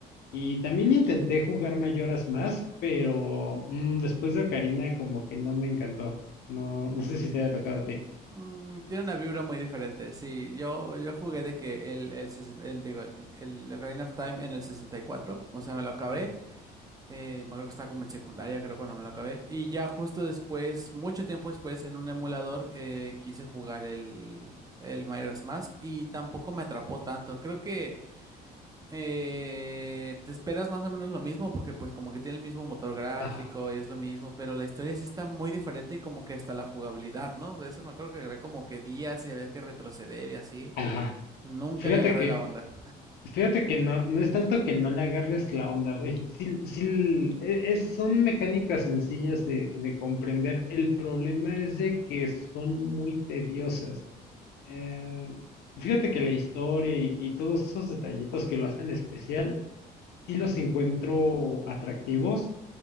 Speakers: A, on the left (about 75°); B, on the right (about 20°).
A: Y también intenté jugar Majora's Mask, pero
B: mm.
A: mm, después de Ocarina como que no me encantó. No, no sé si te haya tocado a ti.
B: Mm, tiene una vibra muy diferente, sí, yo, yo jugué de que el, el, sesen- el, digo, el, el Ocarina of Time en el sesenta y cuatro o sea, me lo acabé
A: Ajá,
B: Eh, me acuerdo que estaba como en secundaria, creo, cuando me lo acabé. Y ya justo después, mucho tiempo después, en un emulador, eh, quise jugar el, el Majora's Mask y tampoco me atrapó tanto. Creo que eh, te esperas más o menos lo mismo porque pues como que tiene el mismo motor gráfico
A: ajá,
B: y es lo mismo, pero la historia sí está muy diferente y como que hasta la jugabilidad, ¿no? de eso me acuerdo que había como que días y había que retroceder y así.
A: ajá.
B: Nunca
A: Fíjate
B: le agarré
A: que,
B: la onda.
A: fíjate que no, no es tanto que no le agarres la onda. güey. Sí, sí, e- es, son mecánicas sencillas de, de comprender. El problema es de que son muy tediosas. Eh, fíjate que la historia y, y todos esos detallitos que lo hacen especial, sí los encuentro atractivos,